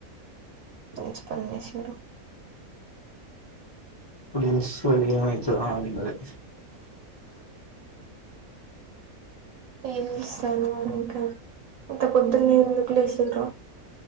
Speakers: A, on the right; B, on the left.
A: మంచి పని చేశారు.
B: ఇప్పుడు తెలుస్తది ఏమైతదా అన్నది.
A: ఏం చేస్తాన్నావ్ ని ఇంకా? ఇంత పొద్దున్నే ఎందుకు లేసిన్రో.